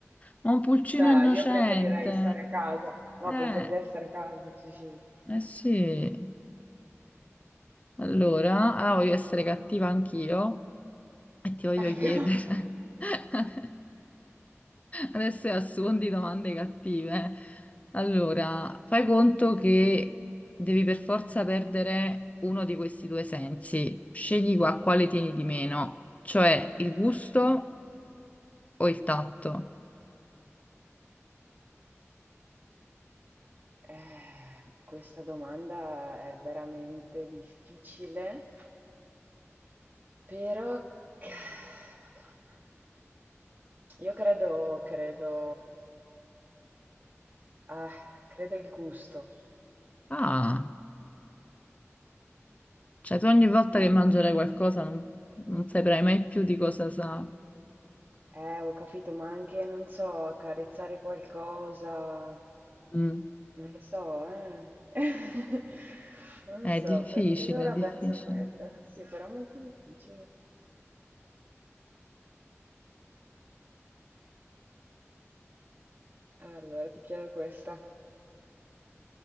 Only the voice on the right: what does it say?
Cioè,
io preferirei stare a casa. No,
preferirei stare a casa, sì, sì.
Ecco.
<laughs>
Eh, questa domanda è veramente difficile, però... che- Madonna. Io credo, credo... eh, credo il gusto.
Eh,
eh, ho capito, ma anche, non so, accarezzare qualcosa.
Non lo so, eh. <laughs> Non
lo so,
per, per ora
penso quello. Sì, però è molto difficile. Allora, ti chiedo questa.